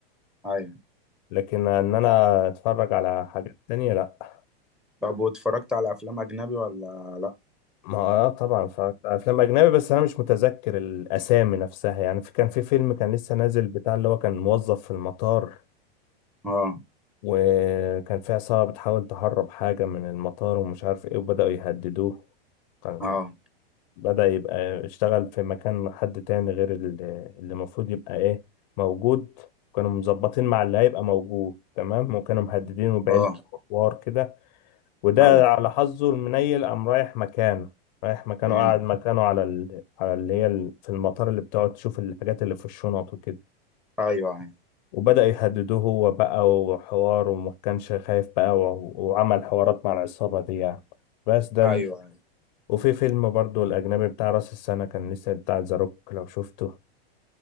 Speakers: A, in the centre; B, on the left (about 45°).
A: ايوه
B: لكن ان انا اتفرج على حاجات تانية لا
A: طب واتفرجت على افلام اجنبي ولا لا
B: ما آه طبعا اتفرجت على افلام اجنبي بس انا مش متذكر الاسامي نفسها يعني في كان في فيلم كان لسه نازل بتاع اللي هو كان موظف في المطار
A: اه
B: وكان في عصابه بتحاول تهرب حاجه من المطار ومش عارف ايه وبداوا يهددوه كان
A: اه
B: بدأ يبقى اشتغل في مكان حد تاني غير اللي اللي المفروض يبقى ايه موجود كانوا مظبطين مع اللي هيبقى موجود تمام وكانوا محددينه بعيلته
A: اه
B: وحوار كده وده
A: ايوه
B: على حظه المنيل قام رايح مكانه رايح مكانه
A: امم
B: قاعد مكانه على ال... على اللي هي ال... في المطار اللي بتقعد تشوف الحاجات اللي في الشنط وكده
A: ايوه ايوه
B: وبدأ يهددوه هو بقى وحوار وما كانش خايف بقى و... وعمل حوارات مع العصابة دي يعني بس ده
A: ايوه ايوه
B: وفي فيلم برضو الأجنبي بتاع رأس السنة كان لسه بتاع ذا روك لو شفته